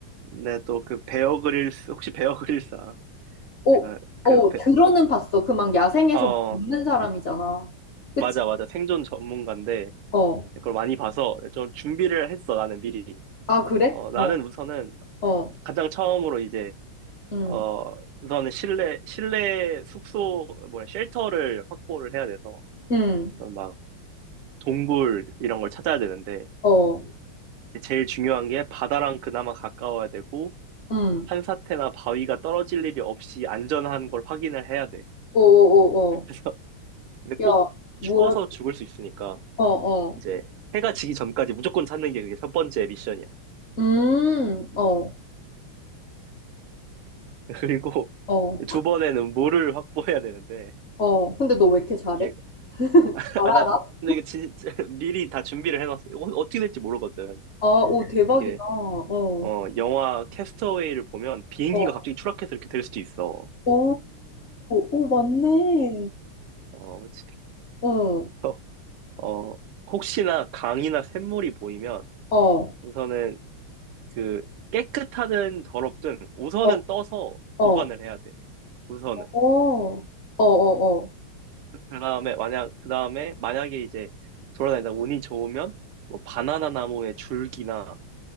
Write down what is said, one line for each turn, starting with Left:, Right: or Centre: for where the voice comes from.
Right: 내가 또그 베어 그릴스, 혹시 베어 그릴스 알아?
Left: 어,
Right: 내가
Left: 어,
Right: 그, 베,
Left: 들어는 봤어. 그 막 야생에서
Right: 어,
Left: 먹는 사람이잖아. 그치?
Right: 맞아, 맞아. 생존 전문가인데,
Left: 어.
Right: 그걸 많이 봐서 네, 좀 준비를 했어, 나는 미리.
Left: 아, 그래?
Right: 어, 나는
Left: 어,
Right: 우선은
Left: 어,
Right: 가장 처음으로 이제,
Left: 음,
Right: 어, 우선은 실내, 실내 숙소, 뭐야, 쉘터를 확보를 해야 돼서,
Left: 음,
Right: 막, 동굴 이런 걸 찾아야 되는데,
Left: 어,
Right: 이제 제일 중요한 게 바다랑 그나마 가까워야 되고
Left: 음,
Right: 산사태나 바위가 떨어질 일이 없이 안전한 걸 확인을 해야 돼.
Left: 어, 어, 어,
Right: 그래서 <laughs>
Left: 어.
Right: 근데 꼭
Left: 야,
Right: 추워서
Left: 뭐야?
Right: 죽을 수 있으니까
Left: 어, 어,
Right: 이제 해가 지기 전까지 무조건 찾는 게 그게 첫 번째 미션이야.
Left: 음, 어,
Right: <laughs> 그리고
Left: 어,
Right: 두 번에는 물을 확보해야 되는데
Left: 어. 근데 너 왜 이렇게 잘해?
Right: 이게
Left: 잘
Right: <laughs> 아, 나
Left: 알아?
Right: 근데 이거 진짜 <laughs> 미리 다 준비를 해놨어. 이거 어떻게 될지 모르거든.
Left: 아, 오, 대박이다.
Right: 이게
Left: 어,
Right: 어 영화 캐스터웨이를 보면 비행기가
Left: 어,
Right: 갑자기 추락해서 이렇게 될 수도 있어.
Left: 오, 오, 맞네.
Right: 어, 그치.
Left: 응,
Right: <laughs> 어, 혹시나 강이나 샘물이 보이면
Left: 어, 어,
Right: 우선은 그 깨끗하든 더럽든 우선은
Left: 어,
Right: 떠서 보관을
Left: 어,
Right: 해야 돼. 우선은.
Left: 어, 어, 어,
Right: 그 다음에 만약, 그 다음에 만약에 이제 돌아다니다 운이 좋으면 뭐 바나나 나무의 줄기나